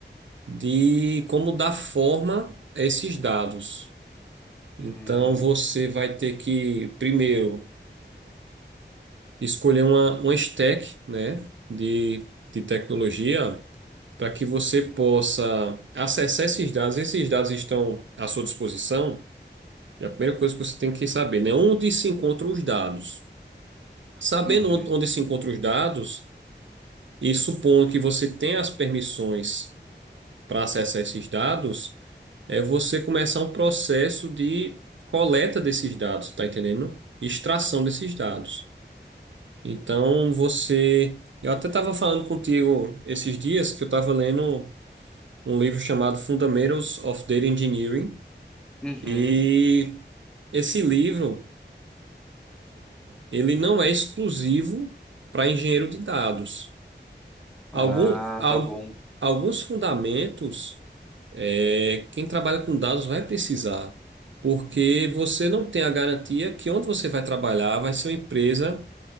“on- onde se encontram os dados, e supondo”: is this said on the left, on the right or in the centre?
Right